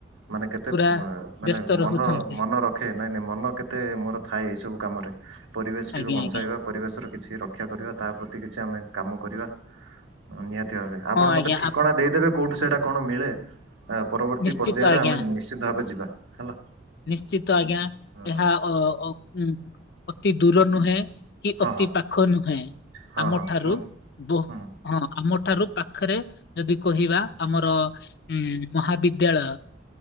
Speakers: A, on the right; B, on the left.
A: ମାନେ କେତେ
B: ପୁରା
A: ମା ମାନେ
B: ବ୍ୟସ୍ତ
A: ମନ
B: ରହୁଛନ୍ତି
A: ମନ ରଖେ ନାଇଁ ନାଇଁ ମନ କେତେ ମୋର ଥାଏ ଏଇ ସବୁ କାମରେ। ପରିବେଶଟିକୁ
B: ଆଜ୍ଞା
A: ବଞ୍ଚାଇବା,
B: ଆଜ୍ଞା
A: ପରିବେଶର କିଛି ରକ୍ଷା କରିବା ତା ପ୍ରତି କି ଆମେ କାମ କରିବା ନିହାତି ଭାବେ
B: ହଁ
A: ଆପଣ
B: ଆଜ୍ଞା
A: ମତେ ଠିକଣା ଦେଇଦେବେ। କୋଉଠୁ ସେଇଟା କଣ ମିଳେ ଆଁ ପରବର୍ତ୍ତୀ
B: ଆପ- ନିଶ୍ଚିତ
A: ପର୍ଯ୍ୟାୟରେ
B: ଆଜ୍ଞା
A: ଆମେ ନିଶ୍ଚିତ ଭାବେ ଯିବା ହେଲା।
B: ନିଶ୍ଚିତ ଆଜ୍ଞା
A: ହଁ ହଁ
B: ଏହା ଅ ଅ ଉଁ ଅତି ଦୂର ନୁହେଁ। କି
A: ହଁ
B: ଅତି ପାଖ ନୁହେଁ
A: ହଁ
B: ଆମଠାରୁ
A: ହଁ କୁହନ୍ତୁ
B: ବହୁ
A: ହୁଁ
B: ହଁ ଆମ ଠାରୁ ପାଖରେ ଯଦି କହିବା ଆମର ଉଁ ମହାବିଦ୍ୟାଳୟ